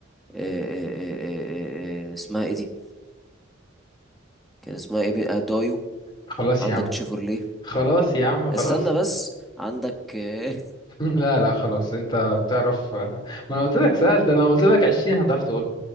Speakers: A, in the centre; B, on the left.
A: آه، آه، آه، آه، آه، اسمها ايه دي كان اسمها ايه بي- آه، دايو
B: خلاص
A: عندك
B: يا عم
A: تشيفرليه
B: خلاص يا عم خلاص
A: استنى بس عندك آه،
B: <laughs> لا لا خلاص انت بتعرف آه، ما انا قلت لك سأل ده انا قلت لك عشرين هتعرف تقول